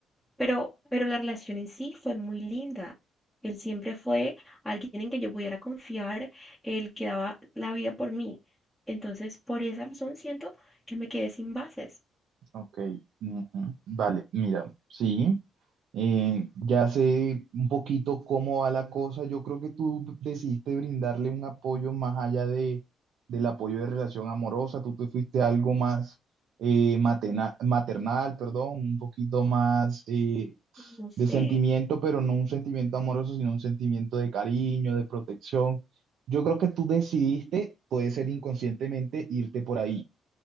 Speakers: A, in the centre; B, on the right (about 75°).
A: Pero, pero la relación en sí fue muy linda. Él siempre fue alguien en que yo pudiera confiar, el que daba la vida por mí. Entonces, por esa razón siento que me quedé sin bases.
B: Ok, ujú, Vale, mira, sí, eh, ya sé un poquito cómo va la cosa. Yo creo que tú decidiste brindarle un apoyo más allá de, del apoyo de relación amorosa. Tú te fuiste a algo más eh, matena- maternal, perdón, un poquito más eh,
A: No
B: de
A: sé.
B: sentimiento, pero no un sentimiento amoroso, sino un sentimiento de cariño, de protección. Yo creo que tú decidiste, puede ser inconscientemente, irte por ahí.